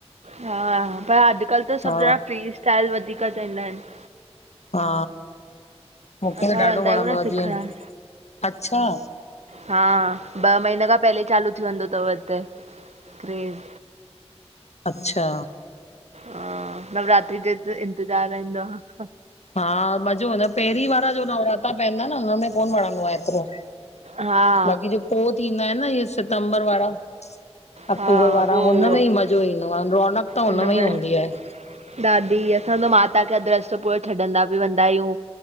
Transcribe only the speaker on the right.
हा पर अडकल्ह त
सभु ॼणा फ्री स्टाइल वधीक चवंदा आहिनि।
असां
वेंदा
आहियूं न
सिखण
हा ॿ महीना खां पहले चालू थी वेंदो तव हिते क्रेज़।
ह नवरात्री जो त इंतज़ार रहंदो आ।
हा
हा
उहो
उहो
उनमें
दादी असां त माता खे अध रस्तो पूरो छॾंदा बि वेंदा आयूं।